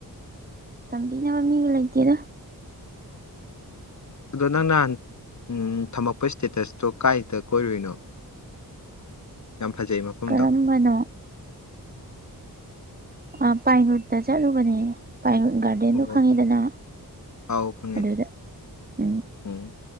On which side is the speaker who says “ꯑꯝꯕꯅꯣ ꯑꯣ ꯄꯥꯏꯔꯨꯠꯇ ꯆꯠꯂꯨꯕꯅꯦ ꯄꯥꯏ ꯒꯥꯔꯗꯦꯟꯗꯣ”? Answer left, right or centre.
Right